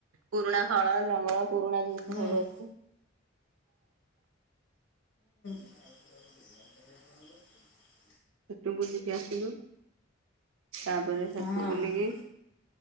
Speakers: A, on the right; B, on the left.
A: ପୁରୁଣା ହଳ, ଲଙ୍ଗଳ ପୁରୁଣା ଜିନିଷ
B: ହୁଁ
A: ସବୁ ଅଛି।
B: <unintelligible>
A: ସେଠୁ ବୁଲିକି ଆସିଲୁ। ତାପରେ
B: ହଁ
A: ସେଠୁ ବୁଲିକି